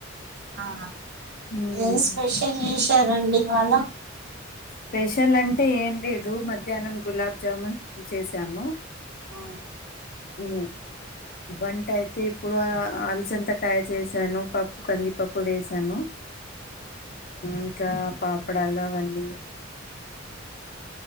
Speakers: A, on the right (about 55°); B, on the left (about 50°).
A: ఆ
B: మ్మ్.
A: ఏం స్పెషల్ చేసారండి ఇవాళ
B: స్పెషల్ అంటే ఏం లేదు మధ్యాహ్నం గులాబ్ జామున్ చేసాము
A: ఆ
B: ఉ వంట అయితే ఇప్పుడు అలచంతకాయ చేసాను పప్పు కందిపప్పు వేసాను ఇంకా పాపడాలు అవన్నీ